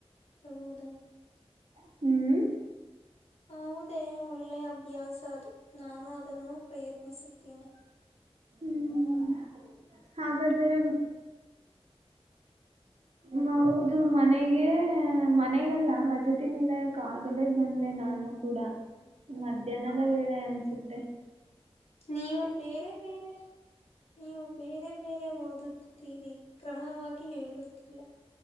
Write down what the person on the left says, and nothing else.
ಅಗುವದ
ಹೌದೇ ಒಳ್ಳೆ ಅಭ್ಯಾಸ ಅದು ನಾನು ಅದನ್ನು ಪ್ರಯತ್ನಿಸುತ್ತೇನೆ
ನೀವು ಬೇರೆ ಬೇರೆ ನೀವು ಬೇರೆ ಬೇರೆ ಓದುತ್ತಿದ್ದೀರಿ ಕ್ರಮವಾಗಿ ಹೇಳುತ್ತಿಲ್ಲ